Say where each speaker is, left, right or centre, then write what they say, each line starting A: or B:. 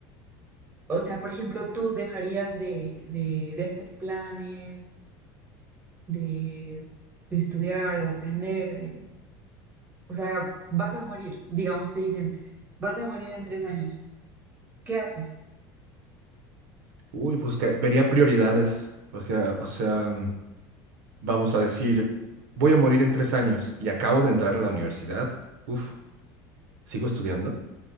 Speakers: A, on the right; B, on the right.
A: O sea, por ejemplo, tú dejarías de, de, de hacer planes, de, de estudiar, de aprender, de, o sea, vas a morir, digamos, te dicen, vas a morir en tres años, ¿qué haces?
B: uy, pues que vería prioridades. O sea, o sea, Vamos a decir, voy a morir en tres años y acabo de entrar a la universidad. Uf, sigo estudiando.